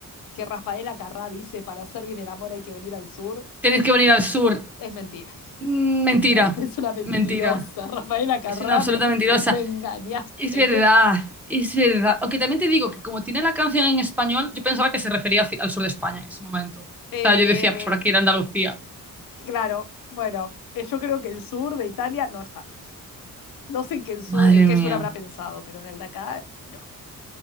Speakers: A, on the left (about 85°); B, in the centre.
A: que Rafaela Carrá dice para hacer bien el amor hay que venir al sur?
B: tenéis que venir al sur.
A: Es mentira. <laughs>
B: Mm, mentira,
A: Es una mentirosa,
B: mentira.
A: Rafaela Carrame,
B: Es una absoluta mentirosa.
A: me engañaste.
B: Es verdad,
A: <laughs>
B: es verdad. Aunque también te digo que como tiene la canción en español, yo pensaba que se refería hacia- al sur de España en ese momento.
A: Eh,
B: O sea, yo decía, pues por aquí ir a Andalucía.
A: claro, bueno, eh, yo creo que el sur de Italia no está bien. No sé en qué sur,
B: Madre
A: en qué
B: mía.
A: sur habrá pensado, pero en el de acá, no.